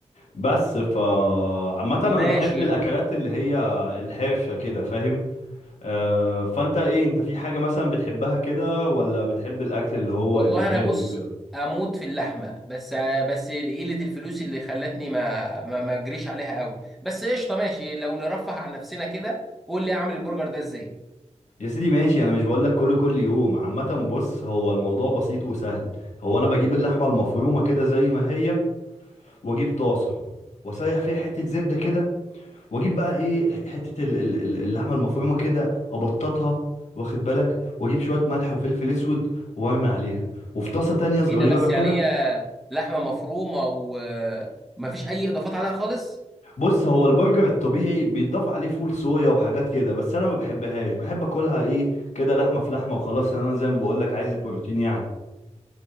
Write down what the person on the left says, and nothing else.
بس ف عامه انا
بحب الاكلات اللي هي الحرشه كده فاهم آه، فانت ايه انت في حاجه مثلا بتحبها كده ولا بتحب الاكل اللي هو
يبقى هادي
وكده
يا سيدي ماشي انا مش بقول لك كله كل يوم عامه بص هو الموضوع بسيط وسهل هو انا بجيب اللحمه المفرومه كده زي ما هي واجيب طاسه واسيح فيها حته زبده كده واجيب بقى ايه ح- حته ال- ال- ال- اللحمه المفرومه كده ابططها واخد بالك واجيب شويه ملح وفلفل اسود وارمي عليها وفي طاسه تانية صغيره
كده
بص هو البرجر الطبيعي بيتضاف عليه فول صويا وحاجات كده بس انا ما بحبهاش بحب اكلها ايه كده لحمه في لحمه وخلاص لأن انا زي ما بقول لك عايز البروتين يعني